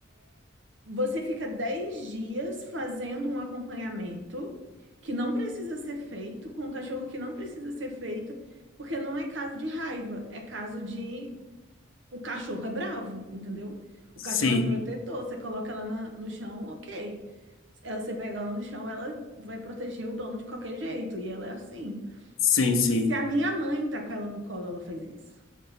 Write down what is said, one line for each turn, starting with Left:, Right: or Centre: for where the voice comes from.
Right: Você fica 10 dias fazendo um acompanhamento que não precisa ser feito, com um cachorro que não precisa ser feito, porque não é caso de raiva, é caso de o cachorro é bravo, entendeu? O
Left: Sim,
Right: cachorro é protetor, você coloca ela na- no chão, ok. Ela, você pega ela no chão, ela vai proteger o dono de qualquer jeito, e ela é assim.
Left: sim,
Right: Se,
Left: sim.
Right: se a minha mãe tá com ela no colo, ela faz isso.